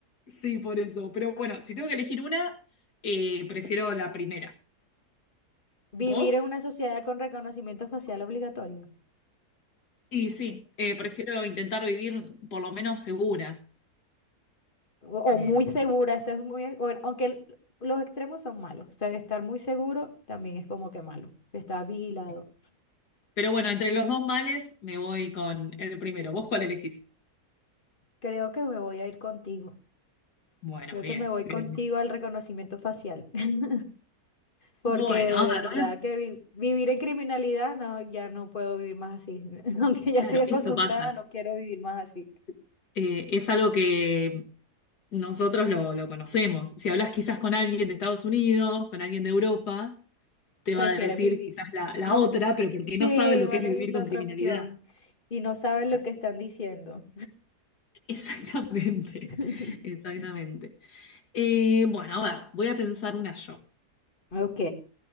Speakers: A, on the left; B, on the left.
A: sí, por eso. Pero bueno, si tengo que elegir una, eh, prefiero la primera.
B: Vivir
A: ¿Vos?
B: en una sociedad con reconocimiento facial obligatorio.
A: Y sí, eh, prefiero intentar vivir por lo menos segura.
B: o
A: Eh,
B: o muy segura, esto es muy, bueno, aunque el- los extremos son malos, o sea, estar muy seguro también es como que malo, estar vigilado.
A: sí. Pero bueno, entre los dos males me voy con el primero. ¿Vos cuál elegís?
B: Creo que me voy a ir contigo,
A: Bueno,
B: creo
A: bien,
B: que me voy
A: bien,
B: contigo
A: bien.
B: al reconocimiento facial, <laughs> porque
A: Bueno,
B: de
A: ahora
B: verdad
A: te voy a-
B: que vi- vivir en criminalidad, no, ya no puedo vivir más así, <laughs> aunque ya
A: Claro,
B: estoy acostumbrada,
A: eso pasa.
B: no quiero vivir más así,
A: Eh, es algo que nosotros lo, lo conocemos. Si hablas quizás con alguien de Estados Unidos, con alguien de Europa, te
B: prefieren
A: va a decir
B: vivir,
A: quizás la, la
B: no,
A: otra, pero porque no
B: sí,
A: sabe lo
B: va
A: que
B: a
A: es
B: elegir
A: vivir
B: la
A: con
B: otra
A: criminalidad.
B: opción y no saben lo
A: Claro.
B: que están diciendo.
A: Exactamente,
B: <laughs>
A: <laughs> exactamente. Eh, bueno, a ver, voy a pensar una yo.
B: Ok,